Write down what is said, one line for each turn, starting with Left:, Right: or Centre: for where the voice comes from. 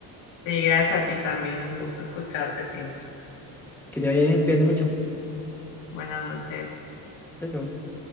Left: Sí, gracias a ti también, un gusto escucharte siempre.
Centre: Que te vaya bien, cuídate mucho.
Left: Buenas noches.
Centre: Chao, chao.